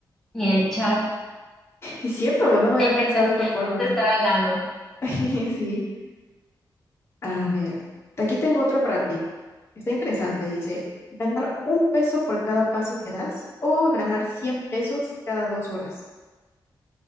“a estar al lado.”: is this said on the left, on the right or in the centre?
Centre